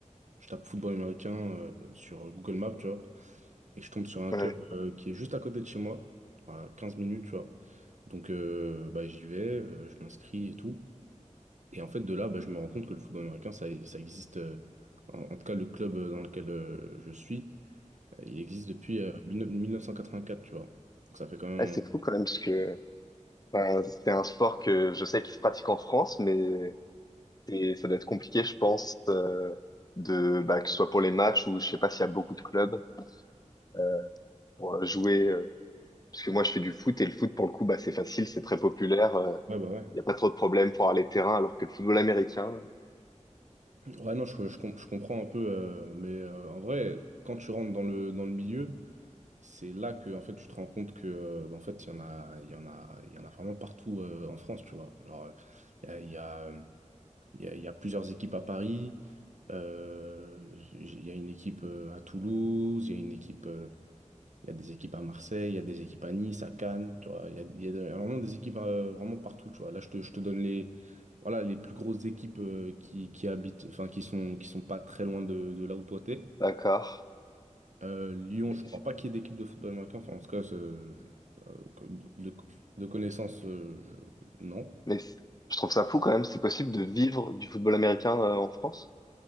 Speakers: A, on the right (about 70°); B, on the left (about 30°).
A: je tape football américain, euh, sur Google Maps, tu vois. Et je tombe sur un
B: Ouais.
A: club, euh, qui est juste à côté de chez moi, à 15 minutes, tu vois. Donc, euh, bah, j'y vais, euh, je m'inscris et tout. Et en fait, de là, bah, je me rends compte que le football américain, ça, ça existe, euh, en, en tout cas le club euh, dans lequel euh, je suis, euh, il existe depuis euh, 19- 1984, tu vois. Donc ça fait quand même...
B: Ah, c'est fou quand même, parce que enfin, c'est un sport que je sais qu'il se pratique en France, mais c'est- ça doit être compliqué, je pense, euh, de, bah, que ce soit pour les matchs ou je sais pas s'il y a beaucoup de clubs euh, pour jouer. euh, parce que moi, je fais du foot et le foot, pour le coup, bah, c'est facile, c'est très populaire. euh,
A: Ouais, bah ouais.
B: Il n'y a pas trop de problèmes pour aller terrain, alors que le football américain,
A: Ouais, non, je, je com- je comprends un peu, euh, mais euh, en vrai, quand tu rentres dans le, dans le milieu, c'est là que en fait, tu te rends compte que euh, bah, en fait, il y en a, il y en a, il y en a vraiment partout euh, en France, tu vois. Genre, euh, il y a, il y a, euh, il y a- il y a plusieurs équipes à Paris, euh, j- il y a une équipe euh, à Toulouse, il y a une équipe euh, Il y a des équipes à Marseille, il y a des équipes à Nice, à Cannes, tu vois. Il y a, il y a de- vraiment des équipes euh, vraiment partout, tu vois. Là, je te, je te donne les, voilà, les plus grosses équipes euh, qui, qui habitent, enfin, qui sont, qui sont pas très loin de, de là où toi t'es.
B: d'accord.
A: Euh, Lyon,
B: Mais,
A: je crois
B: c'est-
A: pas qu'il y ait d'équipe de football américain. Enfin, en tout cas, c'est- euh, que- de, de de connaissance, euh, je- non.
B: mais c'est- je trouve ça fou quand même, c'est possible de vivre du football américain euh, en France?